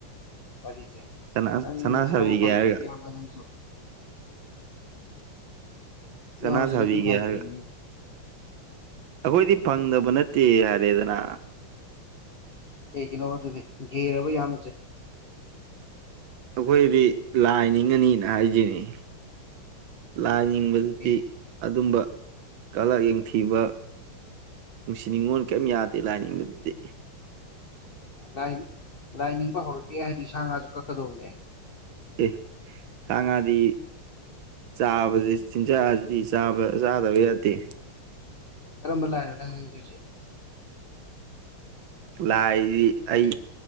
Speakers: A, on the left (about 85°); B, on the right (about 70°).
A: ꯋꯥꯔꯤꯖꯦ
B: ꯁꯅꯥ
A: ꯅꯪ
B: ꯁꯅꯥ
A: ꯅꯁꯥꯕꯨ
B: ꯁꯥꯕꯤꯒꯦ
A: ꯐꯪꯗꯔꯤꯕ
B: ꯍꯥꯏꯔꯒ
A: ꯅꯪꯖꯨ
B: ꯁꯅꯥ
A: ꯏꯌꯥꯝꯕꯁꯨ
B: ꯁꯕꯤꯒꯦ
A: ꯅꯨꯄꯤ ꯐꯪꯗ꯭ꯔꯤꯕꯅꯤ
B: ꯍꯥꯏꯔꯒ ꯑꯩꯈꯣꯏꯗꯤ ꯐꯪꯗꯕ ꯅꯠꯇꯦ ꯍꯥꯏꯔꯦꯗꯅ
A: ꯀꯩꯒꯤꯅꯣꯕ ꯑꯗꯨꯗꯤ ꯒꯦꯔꯕ ꯏꯌꯥꯝꯕꯁꯦ
B: ꯑꯩꯈꯣꯏꯗꯤ ꯂꯥꯏ ꯅꯤꯡꯉꯅꯤꯅ ꯍꯥꯏꯖꯤꯅꯤ ꯂꯥꯏ ꯅꯤꯡꯕꯁꯤꯗꯤ
A: ꯀꯩ
B: ꯑꯗꯨꯝꯕ ꯀꯂꯥꯂꯛ ꯌꯦꯡꯊꯤꯕ ꯅꯨꯡꯁꯤ ꯅꯨꯡꯉꯣꯜ ꯀꯔꯤꯝ ꯌꯥꯗꯦ ꯂꯥꯏꯅꯤꯡꯕꯗꯗꯤ
A: ꯂꯥꯏ ꯂꯥꯏ ꯅꯤꯡꯕ ꯍꯧꯔꯛꯒꯦ ꯍꯥꯏꯗꯤ ꯁꯥ ꯉꯥꯁꯨ ꯀꯛꯀꯗꯧꯕꯅꯦ
B: ꯑꯦ ꯁꯥ ꯉꯥꯗꯤ ꯆꯥꯕꯗꯤ ꯆꯤꯟꯖꯥꯛ ꯑꯁꯤꯗꯤ ꯆꯥꯕ ꯆꯥꯗꯕ ꯌꯥꯗꯦ
A: ꯀꯔꯝꯕ ꯂꯥꯛꯅꯣ ꯅꯪ ꯅꯤꯡꯗꯣꯏꯁꯦ
B: ꯂꯥꯏꯗꯤ ꯑꯩ